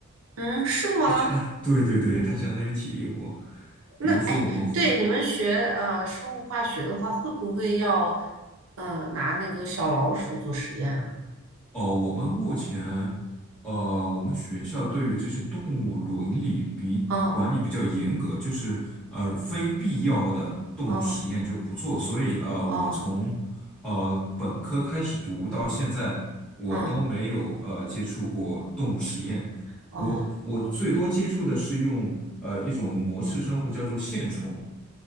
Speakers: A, on the right (about 75°); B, in the centre.
A: 嗯，是吗？
B: <laughs> 它，对对对，它相当于体力活。
A: 那哎，
B: 比如说我们
A: 对，你们学呃生物化学的话，会不会要呃拿那个小老鼠做实验啊？
B: 哦，我们目前，呃，我们学校对于这些动物伦理比管理比较严格，
A: 嗯
B: 就是呃，非必要的动物实验就不做。
A: 嗯
B: 所以，呃，我从呃本科开始读到现在，
A: 哦
B: 我都没有呃接触过动物实验。
A: 嗯哦，
B: 我我最多接触的是用呃一种模式生物叫做线虫，